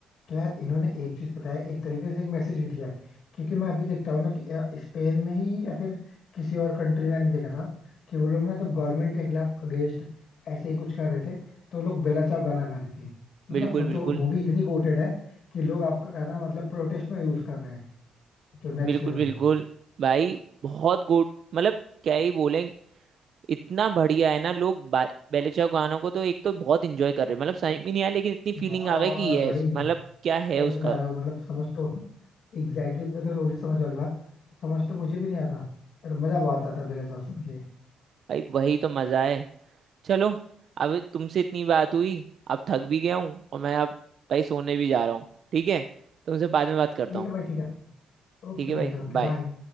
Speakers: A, on the left; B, on the right.
A: तो यार इन्होंने एक चीज पता है एक तरीके से एक मैसेज भी दिया है क्योंकि मैं अभी देखता हूँ ना कि अ, स्पेन में ही या फिर किसी और कंट्री में मैंने देखा था कि वो लोग ना जब गवर्नमेंट के खिलाफ अगेंस्ट ऐसे ही कुछ कर रहे थे तो वो लोग बेला चाव गाना गा रहे थे मतलब
B: बिल्कुल
A: सोचो
B: बिल्कुल
A: मूवी इतनी गोटेड है कि लोग आपका गाना मतलब प्रोटेस्ट में यूज कर रहे हैं तो नेक्स्ट
B: बिल्कुल
A: लेवल
B: बिल्कुल
A: भाई
B: भाई बहुत गुड मतलब क्या ही बोले इतना बढ़िया है ना लोग बा- बेले चाव गानों को तो एक तो बहुत इंजॉय कर रहे हैं मतलब समझ में नहीं आया लेकिन इतनी फीलिंग
A: बहुत
B: आ गई कि यस
A: भाई
B: मतलब क्या है
A: सच
B: उसका
A: बता रहा हूँ मतलब समझ तो एग्जैक्टली exactly जो तो रोली समझ वाली बात समझ तो मुझे भी नहीं आता बट मजा बहुत आता बेला चाव सुन के
B: भाई वही तो मजा है चलो अब तुमसे इतनी बात हुई अब थक भी गया हूँ और मैं अब भाई सोने भी जा रहा हूँ ठीक है तुमसे बाद में बात करता
A: ठीक
B: हूँ
A: है भाई ठीक है Okay
B: ठीक है
A: brother
B: भाई
A: okay
B: बाय
A: bye